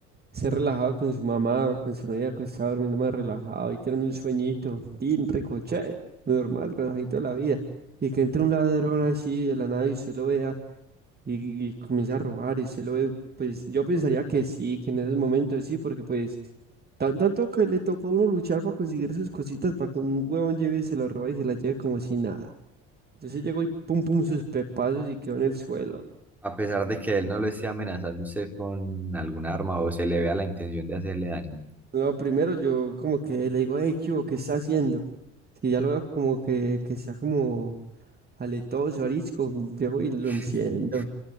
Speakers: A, on the right (about 30°); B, in the centre.
A: Ser relajado con su mamá o con su novia, que está durmiendo más relajado y tener un sueñito, tin, rico, che, normal, relajito de la vida. Y que entre un ladrón así de la nada y usted lo vea y, y comienza a robar y usted lo ve, pues yo pensaría que sí, que en esos momentos sí, porque pues tan- tanto que le tocó a uno luchar para conseguir sus cositas, para que un huevón lleve y se lo roba y se la lleve como si nada. Entonces llegó y pum pum sus pepazos y quedó en el suelo.
B: A pesar de que él no lo esté amenazando usted con algún arma o se le vea la intención de hacerle daño.
A: No, primero yo como que le digo, hey, ¿qué hubo? ¿Qué está haciendo? Si ya lo veo como que, que está como aletoso, arisco, llego y lo
B: <laughs>
A: enciendo.